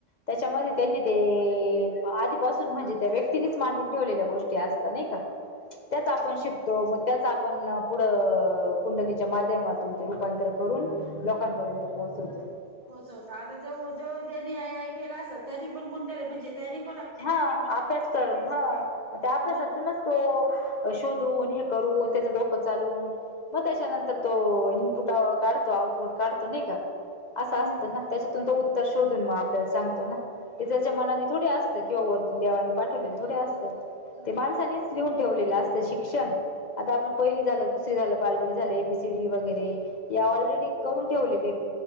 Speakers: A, on the left; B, on the right.
A: त्याच्यामध्ये त्यांनी ते- आधीपासून म्हणजे त्या व्यक्तीनींच मांडून ठेवलेल्या गोष्टी असतात नइ का त्यात आपण शिकतो मग त्याच आपण पुढं-कुंडलीच्या माध्यमातून ते रूपांतर करून लोकांपर्यंत पोहोचतो
B: पोहोचवत आता जो जो जनी आय आय केला असेल त्यानी पण कोण म्हणजे त्यांनीण
A: <unintelligible> हा अभ्यास करून हा त्या अभ्यासातूनच
B: मग
A: तो शोधून हे करून त्याचं डोकं चालून मग त्याच्यानंतर तो इनपुट काढतो आउटपुट काढतो नाही का असं
B: हम्म
A: असतं ना त्याच्यातून तो उत्तर शोधून मग आपल्याला सांगतो ना ते त्याच्या मनाने थोडी अस किंवा वरतून देवानी पाठवलेले थोडे असतात ते
B: मग
A: माणसाांनीच लिहून ठेवलेलं असतं शिक्षण आता आपण पहिली झालं दुसरी झालं बालवाडी झालं एबीसीडी वगैरे या ऑलरेडी करून ठेवलेले